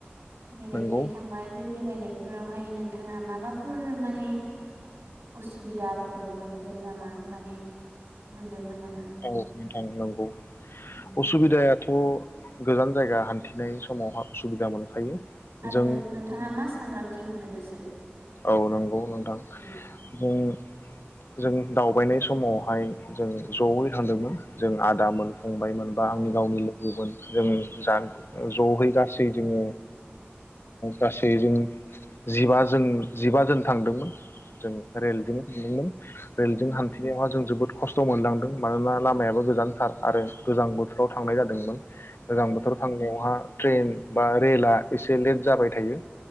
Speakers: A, on the right; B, on the left.
A: बेरायहैनो
B: नंगौ
A: थांबाय बे बेरायनाय बे फोरावहाय नोंथाङा माबाफोर माने उसुबिदाफोर मोनदों नामा माने मोनदोंमोन नामा
B: औ। थांनांगौ।
A: उम
B: असुबिदाया थ' गोजान जायगा हान्थिनाय समावहा उसुबिदा मोनखायो।
A: आरो
B: जों
A: नोंथाङा मा सांग्रांथि होनो गोसो
B: औ नंगौ नोंथां।
A: उम
B: जों दावबायनाय समावहाय जों जयै थांदोंमोन जों आदा मोन फंबायमोन बा आंनि
A: औ
B: गावनि लोगोमोन जों जा जयै गासै जोङो गासै जों जिबा जों जिबाजोन थांदोंमोन जों रेलजोंनो थांदोंमोन रेलजों
A: उम
B: हान्थिनायाव जों जोबोद खस्थ' मोनलांदों मानोना लामायाबो गोजानथार आरो गोजां बोथोराव थांनाय जादोंमोन गोजां
A: उम
B: बोथोर थांनायावहा ट्रेन बा रेला एसे लेट जाबाय थायो